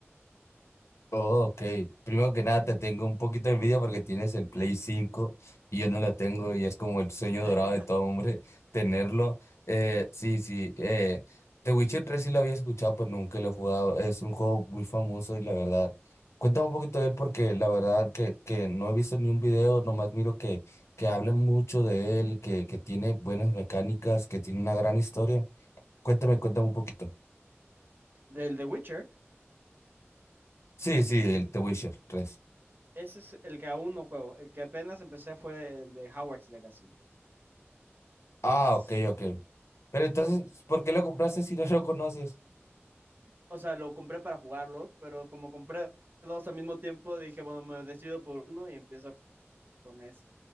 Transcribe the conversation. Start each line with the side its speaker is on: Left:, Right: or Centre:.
Left: Oh, ok. Primero que nada, te tengo un poquito de envidia porque tienes el Play 5 y yo no lo tengo y es como el sueño dorado
Right: <laughs>
Left: de todo hombre <laughs> tenerlo. Eh, sí, sí. Eh, The Witcher tres sí lo había escuchado, pero nunca lo he jugado. Es un juego muy famoso y la verdad, cuéntame un poquito de él porque la verdad que, que no he visto ni un video, nomás miro que, que hablan mucho de él, que, que tiene buenas mecánicas, que tiene una gran historia. Cuéntame, cuéntame un poquito.
Right: Del The Witcher,
Left: Sí, sí, el The Witcher tres.
Right: ese es el que aún no juego. El que apenas empecé fue el de Howard's Legacy.
Left: Ah,
Right: Es,
Left: ok, ok. Pero entonces, ¿por qué lo compraste si no lo conoces?
Right: o sea, lo compré para jugarlo, pero como compré dos al mismo tiempo, dije, bueno, me decido por uno y empiezo con ese,